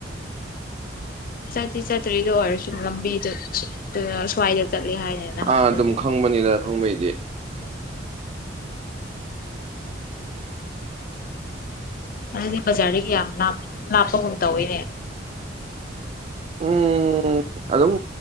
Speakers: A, on the left; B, on the right.
A: ꯆꯠꯇꯤ ꯆꯠꯇꯔꯤ ꯑꯗꯨ ꯑꯣꯏꯔꯁꯨꯨ ꯂꯝꯕꯤꯗꯣ ꯁ꯭ꯋꯥꯏꯗ ꯆꯠꯂꯦ ꯍꯥꯏꯅꯦ ꯅꯍꯥꯟꯗꯣ
B: ꯑꯥ ꯑꯗꯨꯝ ꯈꯪꯕꯅꯤꯗ ꯈꯪꯕꯩꯗꯤ
A: ꯑꯗꯨꯗꯤ ꯕꯖꯥꯔꯗꯒꯤ ꯌꯥꯝ ꯂꯥꯞ ꯂꯞꯄꯒꯨꯝ ꯇꯧꯌꯦꯅꯦ
B: ꯎꯝ ꯑꯗꯨꯝ